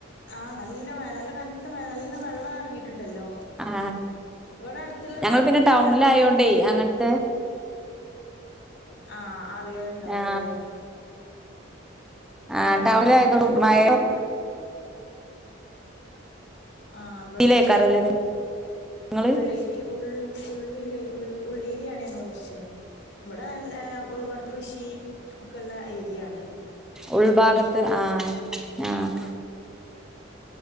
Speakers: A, on the left; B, in the centre.
A: ആഹ് നല്ല മഴ നല്ല കനത്ത മഴ നല്ല വെള്ളാ ട്ട്ണ്ടല്ലോ
B: ആ
A: ഇവടട്ത്ത്ള്ള കിണറിലൊന്നും
B: ഞങ്ങള് പിന്നെ ടൗണിലായോണ്ടേ
A: വെള്ളം വറ്റീര്ന്നു
B: അങ്ങനത്തെ
A: ആ അറിയാറ്ണ്ടാവൂലാലേ
B: ആ ആ
A: ഇവിടേം
B: ടൗണിലായതോട്
A: ഞങ്ങ
B: മഴ
A: കൊറച്ചു ഉൾ ആ ഇവടെ
B: സിറ്റിയിലേക്കാരല്ലേ
A: കൊറച്ച്
B: നിങ്ങള്
A: ഉള്ളേരിയ ഉൾ ഉള്ളില്ലേ ഉള്ളെ ഉള്ളേരിയാണ് ഞങ്ങള് കൊറച്ച് ഇവിടെ നല്ല ഒരുപാട് കൃഷി ഒക്കെള്ള ഏരിയാണ്
B: ഉൾഭാഗത്ത് ആഹ് ആഹ്